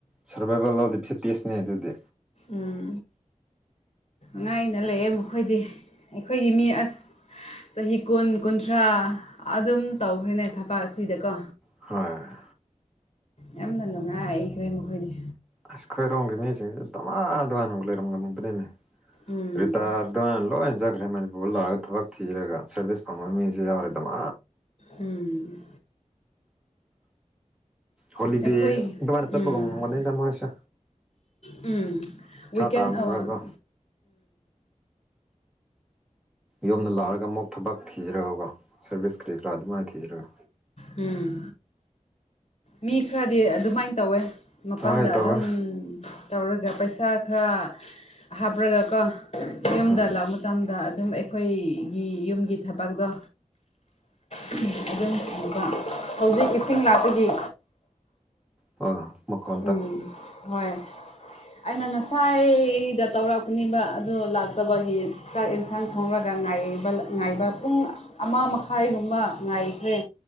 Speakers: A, in the centre; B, on the left.
A: ꯁꯔꯕꯥꯏꯕꯦꯜ ꯌꯥꯥꯎꯗꯤ ꯐꯤꯠꯇꯦꯤꯁꯅꯦ ꯑꯗꯨꯗꯤ
B: ꯎꯝ ꯉꯥꯏꯅ ꯂꯩꯑꯦ ꯃꯈꯣꯏꯗꯤ ꯑꯩꯈꯣꯏꯒꯤ ꯃꯤ ꯆꯍꯤ ꯀꯨꯟ ꯀꯨꯟꯊ꯭ꯔꯥ ꯑꯗꯨꯝ ꯇꯧꯈ꯭ꯔꯦꯅꯦ ꯊꯕ ꯑꯁꯤꯗꯀꯣ
A: ꯍꯣꯏ
B: ꯌꯥꯝꯅ ꯅꯨꯡꯉꯥꯏꯈ꯭ꯔꯦ ꯃꯈꯣꯏꯗꯤ
A: ꯑꯁ ꯈꯈꯣꯏꯔꯣꯝꯒꯤ ꯃꯤꯁꯤꯡꯁꯤꯦ ꯇꯉꯥꯟ ꯑꯗꯨꯉꯥꯟꯅ ꯑꯃꯨꯛ ꯂꯩꯔꯝ ꯉꯝꯕꯅꯤꯅꯦ
B: ꯎꯝ
A: ꯔꯤꯇꯥꯔ ꯑꯗꯨꯃꯥꯏꯅ ꯂꯣꯏ ꯆꯠꯈ꯭ꯔꯦ ꯃꯅꯤꯄꯨꯔꯕꯨ ꯂꯥꯛꯑꯒ ꯊꯕꯛ ꯊꯤꯈꯔꯒ ꯁꯔꯚꯤꯁꯁ ꯐꯪꯕ ꯃꯤꯁꯦ ꯌꯥꯎꯔꯦꯗꯃꯥ
B: ꯎꯝ
A: ꯍꯣꯂꯤꯗꯦ
B: ꯑꯩꯈꯣꯏ
A: ꯑꯗꯨꯃꯥꯏꯅ ꯆꯠꯄꯒꯨꯝꯒꯗ
B: ꯎꯝ
A: ꯇꯃꯣꯁ
B: ꯎꯝ ꯤ ꯀꯦꯟ
A: ꯇꯥꯟꯕ꯭ꯔꯒ
B: ꯎꯝ
A: ꯌꯣꯝꯗ ꯂꯥꯛꯑꯒ ꯑꯃꯨꯛ ꯊꯕꯛ ꯊꯤꯔꯒꯀꯣ ꯁꯔꯚꯤꯁꯁ ꯀꯔꯤ ꯀꯔꯥ ꯑꯗꯨꯃꯥꯏꯅ ꯊꯤꯔꯒ
B: ꯎꯝ ꯃꯤ ꯈꯔꯗꯤ ꯑꯗꯨꯃꯥꯏꯅ ꯇꯧꯋꯦ ꯃꯄꯜꯗ
A: ꯍꯣꯏ ꯇꯧꯋꯦ
B: ꯑꯗꯨꯝ ꯇꯧꯔꯒ ꯄꯩꯁꯥ ꯈꯔ ꯍꯥꯞꯔꯒꯀꯣ ꯌꯨꯝꯗ
A: ꯎꯝ
B: ꯂꯥꯛ ꯃꯇꯝꯗ ꯑꯗꯨꯝ ꯑꯩꯈꯣꯏꯒꯤ ꯌꯨꯝꯒꯤ ꯊꯕꯇꯣ ꯎꯝ ꯑꯗꯨꯝꯕ ꯍꯧꯖꯤꯛ ꯏꯁꯤꯡ ꯂꯥꯛꯄꯒꯤ
A: ꯑ ꯃꯈꯀ
B: ꯎꯝ ꯍꯣꯏ ꯑꯩꯅ ꯉꯁꯥꯏꯗ ꯇꯧꯔꯛꯄꯅꯤꯕ ꯑꯗꯨ ꯂꯥꯛꯇꯕꯒꯤ ꯆꯥꯛ ꯌꯦꯟꯁꯥꯡ ꯊꯣꯡꯡꯂꯒ ꯉꯥꯏꯕ ꯄꯨꯡ ꯑꯃ ꯃꯈꯥꯏꯒꯨꯝꯕ ꯉꯥꯏꯈ꯭ꯔꯦ